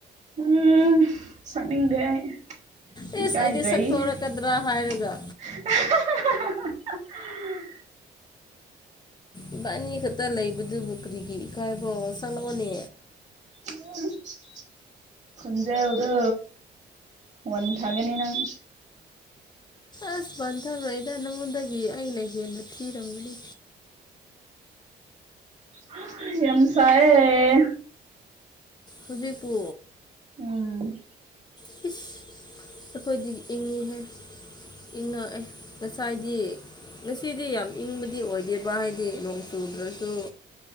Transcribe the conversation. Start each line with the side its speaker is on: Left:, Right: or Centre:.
Right: ꯎꯝ ꯁꯛꯅꯤꯡꯗꯦ ꯑꯩ
Left: ꯏꯁ
Right: ꯏꯀꯥꯏꯖꯩ
Left: ꯑꯩꯗꯤ ꯁꯛꯇꯣꯔꯛꯀꯗ꯭ꯔꯥ
Right: <unintelligible>
Left: ꯍꯥꯏꯔꯒ ꯏꯕꯥꯟꯅꯤ ꯈꯛꯇꯥ ꯂꯩꯕꯗꯨꯕꯨ ꯀꯔꯤꯒꯤ ꯏꯀꯥꯏꯕ꯭ꯔꯣ ꯁꯛꯂꯛꯑꯣꯅꯦ
Right: <unintelligible> ꯈꯣꯟꯖꯦꯜꯗꯣ ꯋꯟꯊꯥꯒꯅꯤ ꯅꯪ
Left: ꯑꯁ ꯋꯟꯊꯥꯔꯣꯏꯗ ꯅꯪꯉꯣꯟꯗꯒꯤ ꯑꯩꯅ ꯍꯦꯟꯅ ꯊꯤꯔꯝꯒꯅꯤ
Right: ꯍꯍ ꯌꯥꯝ ꯁꯥꯏꯌꯦ
Left: ꯍꯨꯖꯤꯛꯄꯨ
Right: ꯎꯝ
Left: ꯀꯤꯁ ꯑꯈꯣꯏꯗꯤ ꯏꯪꯉꯤꯍꯦ ꯏꯪꯉꯛꯑꯦ ꯉꯁꯥꯏꯗꯤ ꯉꯁꯤꯗꯤ ꯌꯥꯝ ꯏꯪꯕꯗꯤ ꯑꯣꯏꯗꯦꯕ ꯍꯥꯏꯗꯤ ꯅꯣꯡ ꯆꯨꯗ꯭ꯔꯁꯨ